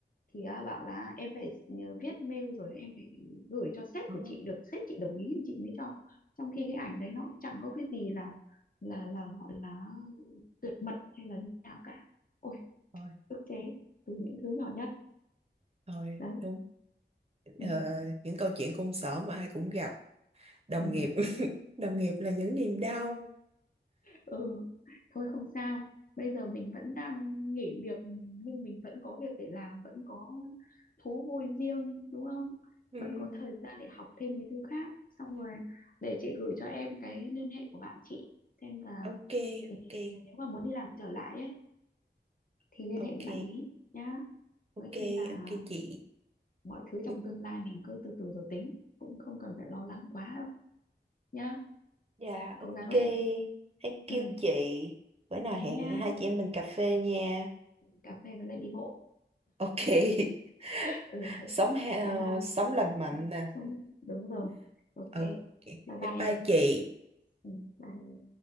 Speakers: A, on the left (about 50°); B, on the right (about 30°).
A: thì à, bảo là em phải nhờ viết mail rồi em phải gửi cho sếp
B: Ồ,
A: của chị được sếp chị đồng ý thì chị mới cho trong khi cái ảnh đấy nó cũng chẳng có cái gì là là là gọi là tuyệt mật hay là như nào cả ôi
B: rồi,
A: ức chế từ những thứ nhỏ nhất
B: rồi,
A: đấy
B: đúng.
A: ừ.
B: Ờ, những câu chuyện công sở mà ai cũng gặp đồng
A: Ừ.
B: nghiệp <laughs> đồng nghiệp là những niềm đau
A: ừ thôi không sao bây giờ mình vẫn đang nghỉ việc nhưng mình vẫn có việc để làm vẫn có thú vui riêng đúng không
B: Ừm,
A: vẫn có thời gian để học thêm cái thứ khác xong rồi để chị gửi cho em cái liên hệ của bạn chị xem là
B: ok
A: tình hình
B: ok
A: nếu mà muốn đi làm trở lại ấy thì liên
B: ok
A: hệ với bạn ý nhá nói
B: ok
A: chung là
B: ok chị
A: mọi thứ
B: Ừm,
A: trong tương lai mình cứ từ từ rồi tính cũng không cần phải lo lắng quá đâu nhá
B: Dạ
A: cố
B: ok,
A: gắng lên
B: thank
A: ừ
B: you chị. Bữa nào
A: thế
B: hẹn
A: nhá
B: hai chị em mình cà phê nha.
A: cà phê với lại đi bộ
B: ok <laughs>
A: <laughs> ừ
B: Sống ha-
A: bye bye
B: sống lành mạnh nè.
A: Xong, đúng rồi. Ok.
B: ok
A: Bye
B: bye
A: bye
B: bye
A: em.
B: chị
A: Ừ, bye.